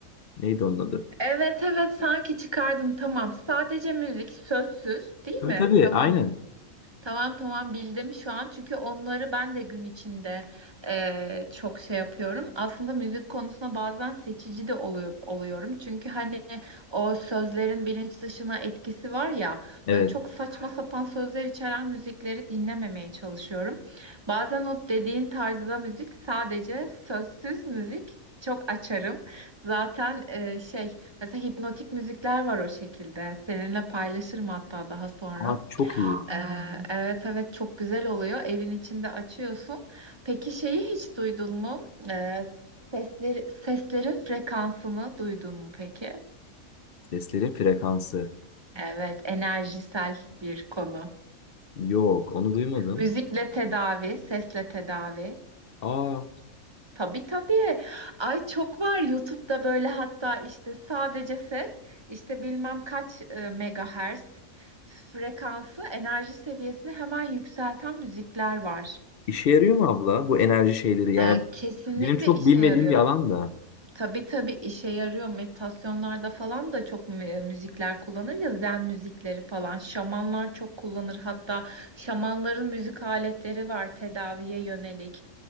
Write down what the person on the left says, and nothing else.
neydi onun adı?
Tabii tabii
aynen.
Evet.
Aa, çok iyi.
Seslerin frekansı.
Yok onu duymadım.
Aa
işe yarıyor mu abla bu enerji şeyleri? Yani
benim çok
bilmediğim
bir alan da.